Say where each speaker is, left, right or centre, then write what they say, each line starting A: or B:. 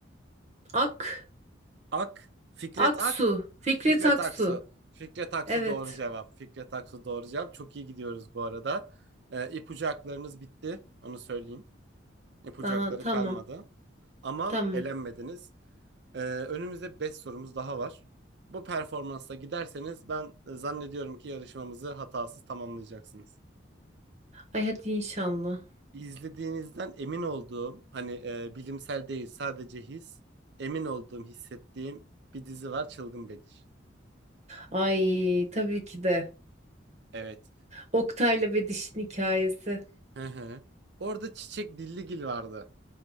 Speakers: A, on the right (about 35°); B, on the right (about 60°).
A: Ak,
B: Ak, Fikret
A: Aksu,
B: Ak,
A: Fikret
B: Fikret
A: Aksu.
B: Aksu. Fikret Aksu
A: Evet.
B: doğru cevap. Fikret Aksu doğru cevap. Çok iyi gidiyoruz bu arada. Ee, ipucu haklarınız bitti. Onu söyleyeyim. Yapacakları
A: Aa, tamam.
B: kalmadı. Ama
A: Tamam.
B: elenmediniz. Ee, önümüzde 5 sorumuz daha var. Bu performansla giderseniz ben e, zannediyorum ki yarışmamızı hatasız tamamlayacaksınız.
A: Ay hadi inşallah.
B: İzlediğinizden emin olduğum, hani e, bilimsel değil sadece his, emin olduğum, hissettiğim bir dizi var Çılgın Bedir.
A: Ay tabii ki de.
B: Evet.
A: Oktay'la ve dişin hikayesi.
B: Hı hı. Orada Çiçek Dilligil vardı.